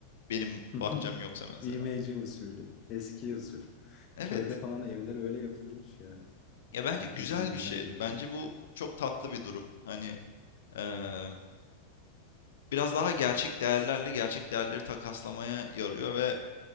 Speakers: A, on the left; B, on the left.
A: Benim
B: <laughs>
A: bahçem yoksa mesela.
B: İğmeci usulü, eski usul.
A: Evet.
B: Köyde falan evler öyle yapılırmış ya.
A: Ya bence
B: Herkes
A: güzel
B: birbirine
A: bir şey.
B: yardım.
A: Bence bu çok tatlı bir durum. Hani eee Biraz daha gerçek değerlerle gerçek değerleri takaslamaya yarıyor ve,